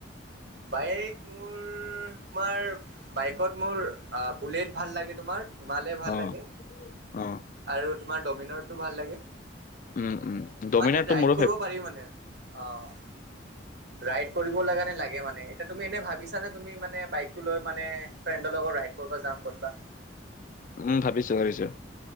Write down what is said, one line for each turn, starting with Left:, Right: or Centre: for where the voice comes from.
Right: বায়েক মোৰ তোমাৰ বায়েকত মোৰ আ বুলেট ভাল লাগে তোমাৰ হিমালয় ভাল
Left: অ
Right: লাগে
Left: অ
Right: আৰু তোমাৰ ডমিনাৰটো ভাল লাগে।
Left: উম উম ডমিনাৰটো
Right: মানে ৰায়েড
Left: মোৰো
Right: কৰিব
Left: ফেভ
Right: পাৰি মানে। অঁ ৰায়েড কৰিবলে কানে লাগে মানে। মানে, এতিয়া তুমি এনে ভাবিছা নে তুমি মানে বায়েকটো লৈ মানে ফ্ৰেণ্ডৰ লগত ৰাইড কৰবা যাম ক'তবা?
Left: উম, ভাবিছোঁ ভাবিছোঁ।